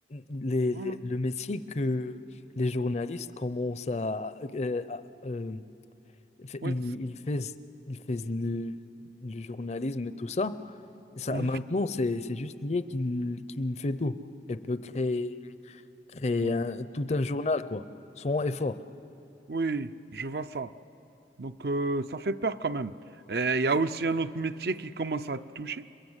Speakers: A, on the left; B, on the right.
A: les-
B: Voilà.
A: les- le métier que les journalistes commencent à... euh, à- euh, fait-
B: Oui.
A: ils, ils fais- ils fais le, le journalisme et tout ça. Et Ça,
B: Mhm.
A: maintenant, c'est c'est juste lié qu'il qu'il fait tout. Elle peut créer, créer
B: Ouais.
A: un- tout un journal, quoi, sans effort.
B: Oui, je vois ça. Donc, euh, ça fait peur quand même. Et Il y a aussi un autre métier qui commence à te toucher,